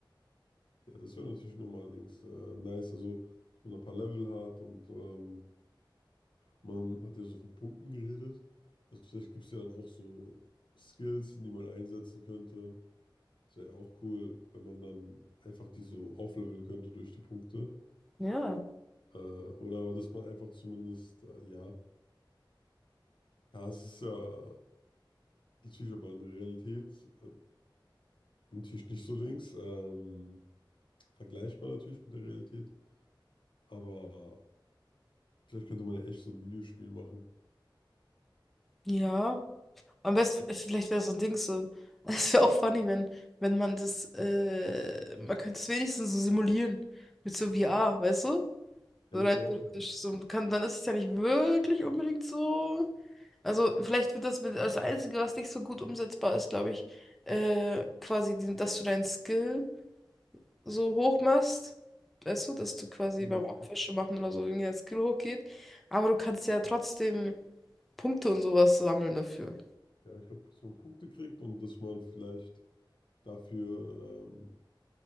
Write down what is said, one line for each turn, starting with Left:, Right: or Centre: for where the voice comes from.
Left: Ja, das wäre natürlich nochmal links äh, nice, also dass man ein paar Level hat und ähm, man hat ja so von Punkten geredet. Also vielleicht gibt es ja dann auch so Skills, die man einsetzen könnte. Das wäre ja auch cool, wenn man dann einfach die so aufleveln könnte durch die Punkte.
Centre: Ja.
Left: Äh, oder aber dass man einfach zumindest, äh, ja, ja, es ist ja natürlich aber in der Realität äh, natürlich nicht so links. Ähm, vergleichbar natürlich mit der Realität, aber vielleicht könnte man ja echt so ein Videospiel machen.
Centre: Ja. Am besten, äh, vielleicht wäre das so ein Ding so. <laughs> Es wäre auch funny, wenn, wenn man das, äh, man könnte es wenigstens so simulieren. Mit so VR, weißt du?
Left: Ja,
Centre: So
Left: Habe
Centre: rein
Left: ich mir auch
Centre: theoretisch. So kann, dann ist es ja nicht wirklich unbedingt so. Also vielleicht wird das mit das Einzige, was nicht so gut umsetzbar ist, glaube ich, äh, quasi, diesen- dass du deinen Skill so hoch machst. Weißt du, dass du quasi
Left: Hm.
Centre: beim Fische machen oder so irgendwie dein Skill hochgeht. Aber du kannst ja trotzdem Punkte und sowas sammeln dafür.
Left: Ja, ich glaube, dass man Punkte kriegt und dass man vielleicht dafür, ähm,